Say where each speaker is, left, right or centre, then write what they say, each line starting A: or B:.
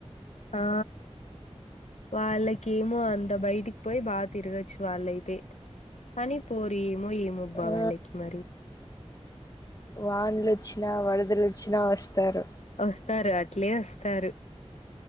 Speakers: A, on the left; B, on the left.
A: ఆ వాళ్లకేమో అంద బయటికి పోయి బా తిరగొచ్చు వాలైతే కానీ పోరు ఏమో ఏమోబా
B: ఆ
A: వాళ్ళకి మరి
B: వాన్లు ఒచ్చినా వరదలు వచ్చినా వస్తారు
A: స్తారు అట్లే వస్తారు